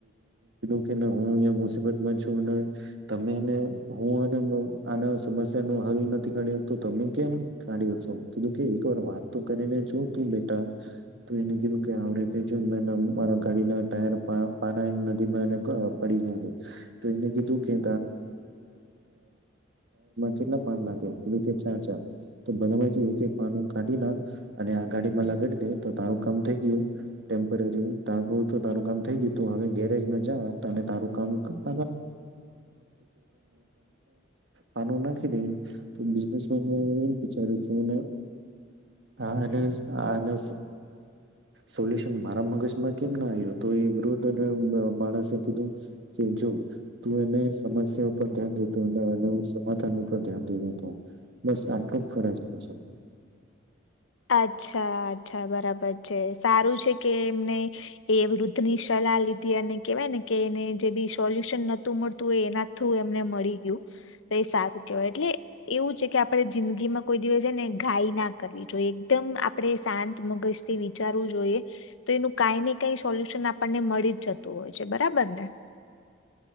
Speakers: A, on the right; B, on the left.
A: <unintelligible> હું મુસીબતમાં છું તમેને હું આના સમસ્યા નો હલ નથી કાઢ્યો તમે કેમ કાઢ્યો છો કીધું કે એક વાર વાત તો કરીને જો તું બેટા એને કીધું કે આવ રીતે જો મારા ગાડીના ટાયર પાના નદીમાં પડી ગયા છે. તો એમને કીધુ કે <unintelligible> કેટલા પાન લાગ્યાી કે ચાર ચાર તો બધામાંથી એક એક પાનું કાઢી નાખ અને આ ગાડીમાં લગાડી દે તો તારું કામ થય ગયું ટેમ્પરીરું કામ થય ગયું ગેરેજ માં જા તને તારું કામ <unintelligible> પાનું નાખી દે તો બીઝનેસ મેન એ વિચાર્યું આ સોલ્યુન મારા મગજમાં કેમ ના આવ્યો તો એ વૃદ્ધ અને માણસ એ કીધું કે જો તું એને સમસ્યા ઉપર ધ્યાન દેતો અને સમાધાન ઉપર ધ્યાન દેતો હતો બસ આટલું ફરજ છે
B: અચ્છા અચ્છા બરાબર છે સારું છે કે એમને એ વૃદ્ધની સલાહ લીધી અને કેવાય ને કે એને જે બી સોલ્યુશન નોતું મળતું હોય એના થ્રુ એમને મળી ગયું તો એ સારું કેવાય એટલે એવું છે કે આપણે જિંદગીમાં કોઈ દિવસે ને ગાય ના કરવી જો એકદમ આપણે શાંત મગજથી વિચારવું જોઈએ તો એનું કઈ ને કઈ સોલ્યુશન આપણને મળી જ જતું હોય છે. બરાબર ને?